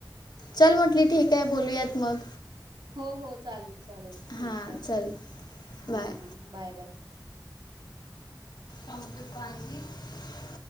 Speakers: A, on the left; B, on the right.
A: चल म्हटली ठीक आहे बोलूयात मग.
B: हो हो चालेल चालेल ठीक
A: हां चल
B: हां
A: बाय
B: हां बाय.
A: काप्य प्रणजी <inaudible>